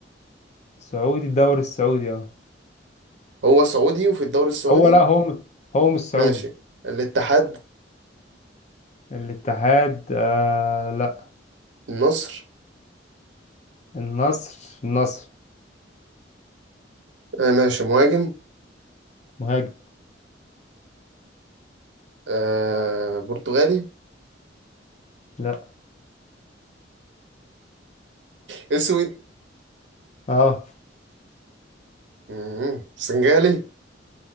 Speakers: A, on the left; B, on the right.
A: سعودي الدوري السعودي اه
B: هو سعودي وفي الدوري السعودي
A: هو لا هو م- هو مش سعودي
B: ماشي الاتحاد
A: الاتحاد آه لا
B: النصر
A: النصر النصر
B: آه ماشي مهاجم
A: مهاجم
B: آه برتغالي
A: لا
B: اسود
A: اه
B: مم. سنغالي